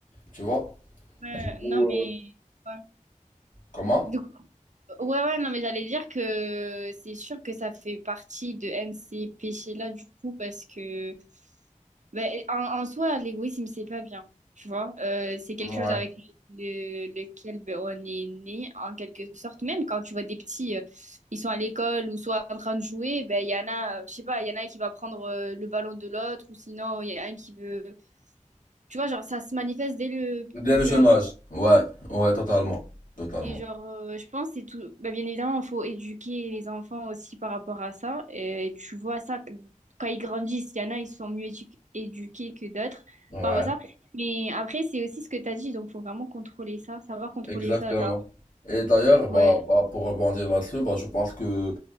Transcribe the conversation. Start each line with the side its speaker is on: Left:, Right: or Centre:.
Left: tu vois.
Right: Ouais,
Left: Du coup,
Right: non,
Left: euh,
Right: mais... Ouais.
Left: comment?
Right: Du coup, ouais, ouais, non, mais j'allais dire que c'est sûr que ça fait partie de un de ces péchés-là, du coup, parce que Ben, en, en soi, l'égoïsme, c'est pas bien, tu vois. Euh, c'est quelque
Left: Ouais.
Right: chose avec le, lequel ben, on est né, en quelque sorte. Même quand tu vois des petits, euh, ils sont à l'école ou soit en train de jouer, ben, il y en a, euh, je sais pas, il y en a un qui va prendre euh, le ballon de l'autre ou sinon, il y en a un qui veut... Tu vois, genre, ça se manifeste dès le
Left: Dès
Right: plus
Left: le jeune
Right: jeune
Left: âge. Ouais, ouais, totalement. Totalement.
Right: et genre, euh, je pense que c'est tout. Bah, bien évidemment, il faut éduquer les enfants aussi par rapport à ça. Et tu vois ça quand ils grandissent. Il y en a, ils sont mieux édu- éduqués que d'autres
Left: Ouais.
Right: par rapport à ça. Mais après, c'est aussi ce que tu as dit. Donc, faut vraiment contrôler ça, savoir contrôler
Left: Exactement.
Right: ça. Genre,
Left: Et d'ailleurs, bah,
Right: ouais.
Left: bah, pour rebondir là-dessus, bah, je pense que